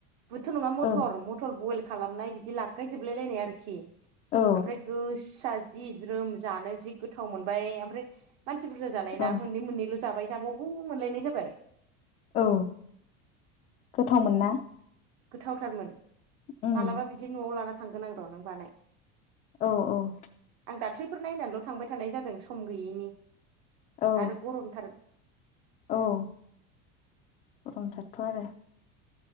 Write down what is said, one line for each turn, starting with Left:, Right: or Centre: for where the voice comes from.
Right: बुदथ' नङा मटर
Left: औ
Right: मटर बयल खालामनाय बिदि लागगायजोबलाय लायनाय आरोखि।
Left: औ
Right: ओमफ्राय गोसा जि ज्रोम जानो जि गोथाव मोनबाय ओमफ्राय मानसि बुरजा जानाय ना
Left: औ
Right: मोननै मोननैल' जाबाय जाबावगौ मोनलायनाय जाबाय।
Left: औ गोथावमोन ना।
Right: गोथावथारमोन
Left: उम
Right: मालाबा बिदि न'आव लाना थांगोन आं र' नों बानाय
Left: औ औ
Right: आं दाख्लैफोर नायनानैल' थांबाय थानाय जादों सम गैयिनि
Left: औ
Right: आरो गर
Left: औ गरमथारथ'आरो।